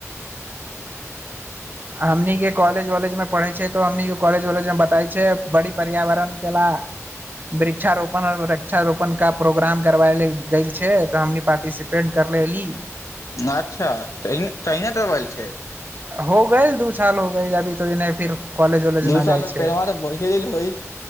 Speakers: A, on the right (about 35°); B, on the left (about 75°).
A: हमनिके कॉलेज वॉलेज मे पढ़े छै तऽ हमनिके कॉलेज वॉलेज मे बताई छै बड़ी पर्यावरण के ला वृक्षारोपण वृक्षारोपण का प्रोग्राम करवााय ले गेल छै तऽ हम पार्टिसिपेट करलेली
B: अच्छा त तहिने देबल छै
A: हो ग‌एल दू साल हो ग‌एल अभी तो नहि फिर कॉलेज वॉलेज
B: दू
A: न
B: साल
A: जाइ
B: मे
A: छै
B: पेरमा त बढ़ए देल हो